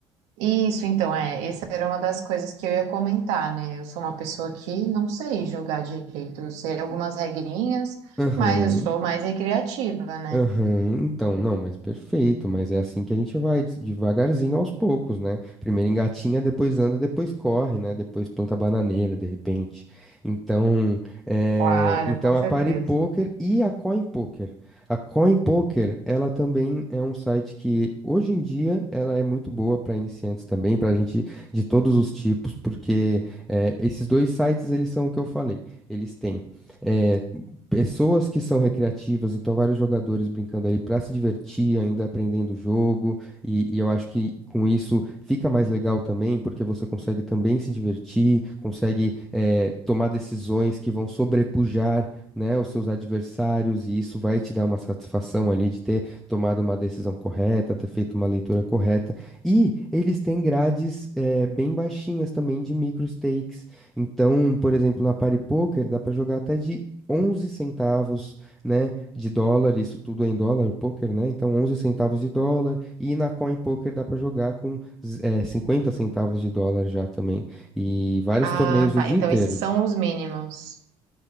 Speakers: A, on the right; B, in the centre.
A: Isso, então, é. Essa era uma das coisas que eu ia comentar, né? Eu sou uma pessoa que não sei jogar direito. Eu sei algumas regrinhas,
B: Aham.
A: mas eu sou mais recreativa, né?
B: Aham, então, não, mas perfeito, mas é assim que a gente vai, des- devagarzinho aos poucos, né? Primeiro engatinha, depois anda, depois corre, né? Depois planta bananeira, de repente. Então, é,
A: Claro,
B: então
A: com certeza.
B: a Party Poker e a Coin Poker. A Coin Poker, ela também é um site que hoje em dia ela é muito boa para iniciantes também, para gente de todos os tipos, porque é, esses dois sites eles são o que eu falei. Eles têm eh, pessoas que são recreativas, então vários jogadores brincando ali para se divertir, ainda aprendendo o jogo, e, e eu acho que com isso fica mais legal também, porque você consegue também se divertir, consegue eh, tomar decisões que vão sobrepujar, né, os seus adversários, e isso vai te dar uma satisfação ali de ter tomado uma decisão correta, ter feito uma leitura correta, e eles têm grades eh, bem baixinhas também de micro stakes, então, por exemplo, na Party Poker dá para jogar até de 11 centavos, né, de dólar, isso tudo é em dólar, o poker, né? Então 11 centavos de dólar e na Coin Poker dá pra jogar com z- eh, 50 centavos de dólar já também. E vários
A: Ah,
B: torneios o
A: tá.
B: dia
A: Então,
B: inteiro.
A: esses são os mínimos.